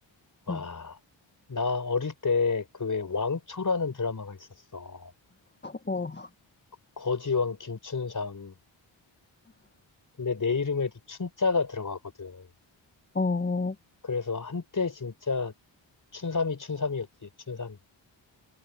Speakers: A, on the left (about 40°); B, on the left (about 20°).
A: 와,
B: 응.
A: 나 어릴 때 그 왜 왕초라는 드라마가 있었어.
B: 어,
A: 거지왕 김춘삼. 근데 내 이름에도 춘자가 들어가거든.
B: 어,
A: 그래서 한때 진짜 춘삼이 춘삼이었지, 춘삼이.